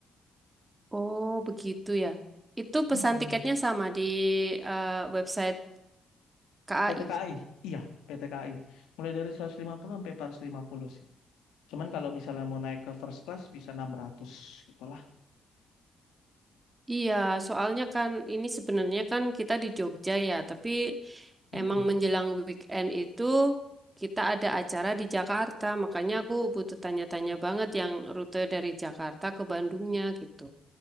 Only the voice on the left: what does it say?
Mm-mm.
PT KAI, iya PT KAI. Mulai dari 150 sampai 450. Cuman kalau misalnya mau naik ke first class bisa 600 gitulah.
Mm-mm.